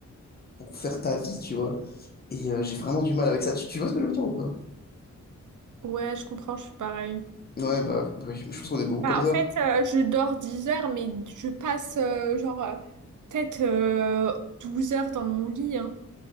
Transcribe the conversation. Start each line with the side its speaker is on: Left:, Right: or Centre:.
Left: pour faire ta vie, tu vois. Et euh, j'ai vraiment du mal avec ça. Tu, tu vois ce que je veux dire ou pas?
Right: Ouais, je comprends, je suis pareil.
Left: Ouais, bah, bah oui, je pense qu'on est beaucoup
Right: Bah,
Left: comme ça.
Right: en fait, euh, je dors 10 heures, mais je passe euh, genre euh, peut-être euh, 12 heures dans mon lit, hein.